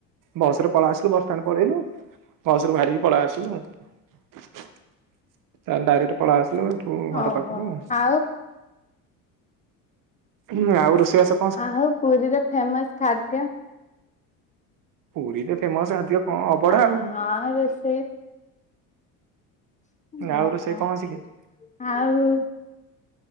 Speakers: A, on the right; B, on the left.
A: ବସରେ। ପଳେଇ ଆସିଲୁ ବସଷ୍ଟାଣ୍ଡ ପଳେଇଲୁ ବସ ରୁ ବାହାରିକି ପଳେଇ ଆସିଲୁ। ତ ଡାଇରେକ୍ଟ ପଳେଇ ଆସିଲୁ ଏଠୁ ଘର
B: ଓହୋ
A: ପାଖକୁ।
B: ଆଉ
A: ହୁଁ ଆଉ ରୋଶ ଇବାସ
B: ଆ ହଉ ପୁରୀରେ ଫେମସ ଖାଦ୍ୟ?
A: ପୁରୀ ରେ ଫେମସ। <unintelligible>
B: <inaudible>
A: ଆଉ
B: ହଁ ରସେଇ <inaudible>
A: ଆଉ ରୋଷେଇ କଣ ଶିଖିଛୁ
B: ଆଉ?